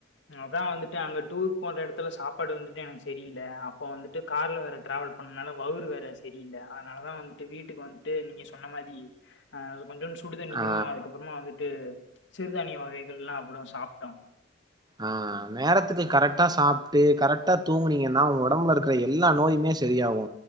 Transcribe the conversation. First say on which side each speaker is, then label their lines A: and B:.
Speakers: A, on the left; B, on the right.
A: அதா வந்துட்டு அங்க டூரு போற எடத்துல சாப்பாடு வந்துட்டு எனக்கு சரியில்ல அப்போ வந்துட்டு கார்ல வேற டிராவல் பண்ணதுனால வவுரு வேற சரியில்ல அதனாலதா வந்துட்டு வீட்டுக்கு வந்துட்டு நீங்க சொன்ன மாரி ஆ கொஞ்சோன்டு சு சுடுதண்ணியு
B: ஆ
A: அதுக்கப்பறமா வந்துட்டு சிறுதானிய வகைகள் எலா அவ்ளோ சாப்ட்டோ
B: ஆ நேரத்துக்கு கரெட் ட்டா சாப்ட்டு கரெக்ட்டா தூங்கினீங்கன்னா வொங்க வொடம்புல இருக்குற எல்லா நோயுமே சரியாவு